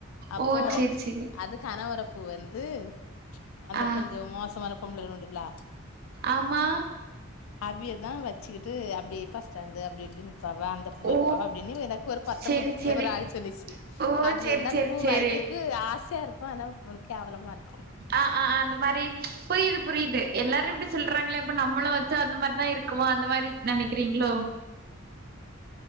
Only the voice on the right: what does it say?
ஓ சேரி சேரி
ஆ
ஆமா
ஓ
சேரி
சேரி
ஓ
செரி
செரி
செரி
ஆ ஆ அந்த மாரி புரியுது புரியுது எல்லாரு இப்டி சொல்றாங்களே இப்ப நம்மளும் வச்சா அந்த மாரிதா இருக்கு க்குவ அந்த மாரி நெனைக்கிறீங்ளோ